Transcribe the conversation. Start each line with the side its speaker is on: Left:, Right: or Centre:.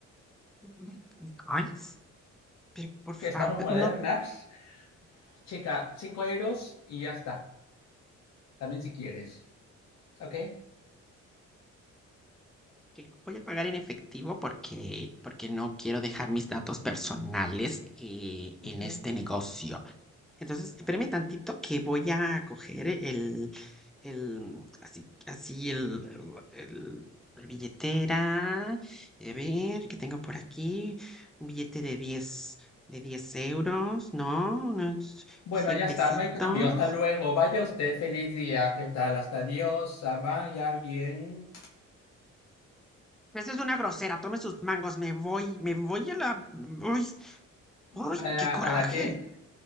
Centre: ¿Me me coins? Pero por favor,
Left: que estamos modernas.
Centre: no,
Left: Chica, 5 euros y ya está. También si quieres. ¿Ok?
Centre: que voy a pagar en efectivo porque, porque no quiero dejar mis datos personales eh,
Left: Ujú.
Centre: en este negocio. Entonces, espéreme tantito que voy a coger el, el, así, así el, el- el- la billetera. A ver, ¿qué tengo por aquí? Un billete de diez de diez euros, ¿no? Unos
Left: Bueno,
Centre: 100
Left: ya
Centre: pesitos.
Left: está, no hay cambio. Hasta luego. Vaya usted, feliz día. ¿Qué tal? Hasta adiós. ah, Vaya bien.
Centre: Esa es una grosera. Tome sus mangos. Me voy. Me voy a la. Uy, uy,
Left: ¿A la,
Centre: qué coraje.
Left: a la qué?